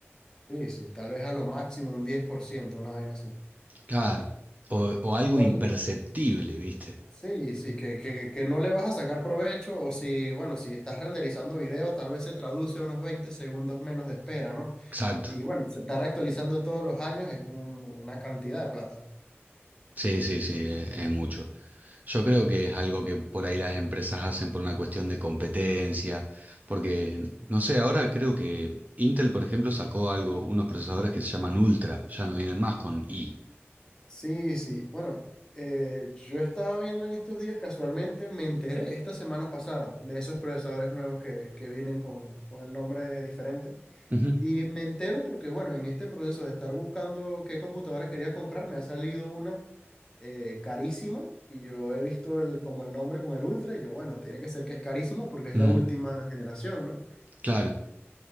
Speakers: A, on the left; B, on the right.
A: Sí, sí, tal vez a lo máximo un 10%, una vaina así.
B: Claro. O, o algo
A: Igual,
B: imperceptible, ¿viste?
A: Sí, sí, que, que, que no le vas a sacar provecho o si, bueno, si estás renderizando video, tal vez se traduce unos 20 segundos menos de espera, ¿no?
B: Exacto.
A: Y bueno, se estar actualizando todos los años es un- una cantidad de plata.
B: Sí, sí, sí, es, es mucho. Yo creo que es algo que por ahí las empresas hacen por una cuestión de competencia, porque, no sé, ahora creo que Intel, por ejemplo, sacó algo, unos procesadores que se llaman Ultra, ya no vienen más con i.
A: Sí, sí, bueno, eh, yo estaba viendo en estos días, casualmente me enteré esta semana pasada de esos procesadores nuevos que, que vienen con, con el nombre diferente.
B: Ujú,
A: Y me entero porque, bueno, en este proceso de estar buscando qué computadora quería comprar, me ha salido una eh, carísima y yo he visto el, como el nombre con el Ultra y yo, bueno, tiene que ser que es carísima porque es
B: ujú,
A: la última generación, ¿no?
B: claro.